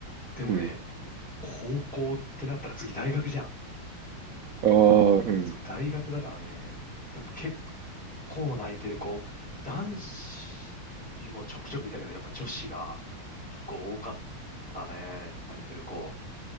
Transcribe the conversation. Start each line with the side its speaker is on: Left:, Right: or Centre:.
Centre: でもね、
Right: うん。
Centre: 高校ってなったら次大学じゃん。
Right: ああ、うん。
Centre: そう、大学だからね、やっぱ結構泣いてる子、男子もちょくちょくいたけど、やっぱ女子が結構多かったね、泣いてる子。